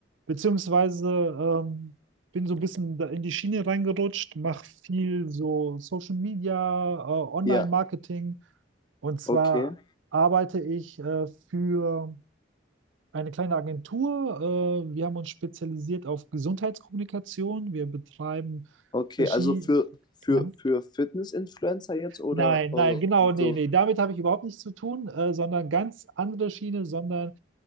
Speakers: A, on the right (about 75°); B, on the left (about 20°).
A: beziehungsweise ähm, bin so ein bisschen da in die Schiene reingerutscht, mache viel so Social Media, äh, Online-Marketing.
B: ja,
A: Und zwar
B: okay,
A: arbeite ich äh, für eine kleine Agentur. Äh, wir haben uns spezialisiert auf Gesundheitskommunikation. Wir betreiben
B: okay.
A: verschiedene.
B: Also für, für,
A: Ja?
B: für Fitness-Influencer jetzt oder
A: Nein,
B: äh,
A: nein,
B: und
A: genau, nee,
B: so?
A: nee, damit habe ich überhaupt nichts zu tun, äh, sondern ganz andere Schiene, sondern